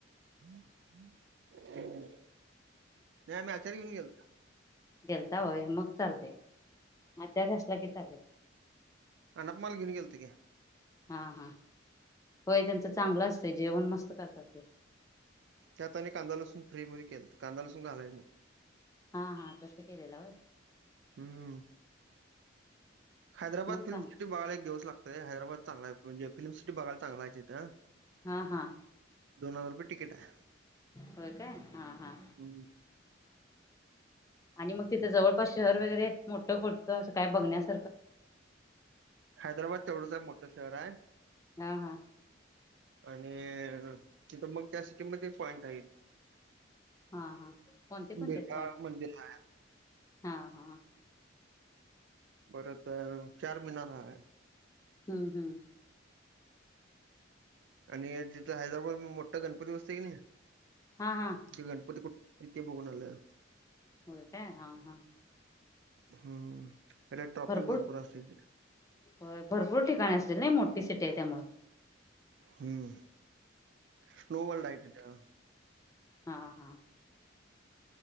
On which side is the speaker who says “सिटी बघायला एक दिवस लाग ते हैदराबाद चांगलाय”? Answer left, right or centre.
Right